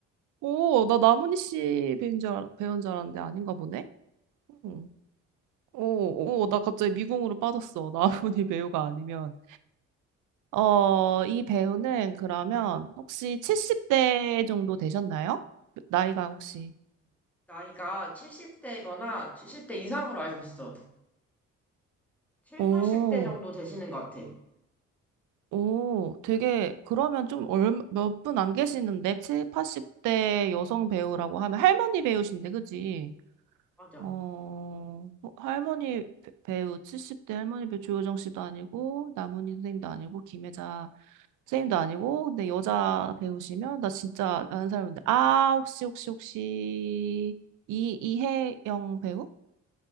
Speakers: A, on the right; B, in the centre.
A: 오, 나 나문희 씨 배우인 줄, 알- 배우인 줄 알았는데 아닌가 보네? 응. 오, 오, 오, 나 갑자기 미궁으로 빠졌어. <laughs> 나문희 배우가 아니면. 어, 이 배우는 그러면 혹시 70대 정도 되셨나요? 나이가 혹시.
B: 나이가 70대거나 70대 이상으로 알고 있어. 7,
A: 오,
B: 80대 정도 되시는 것 같아.
A: 오, 되게, 그러면 좀 얼마, 몇 분 안 계시는데, 70, 80대 여성 배우라고 하면 할머니 배우신데, 그지?
B: 맞아.
A: 어, 어, 할머니 배- 배우, 70대 할머니 배우 조효정 씨도 아니고, 남은희 선생님도 아니고, 김혜자 선생님도 아니고, 근데 여자 배우시면, 나 진짜 아는 사람인데, 아, 혹시, 혹시, 혹시, 이, 이혜영 배우인가요?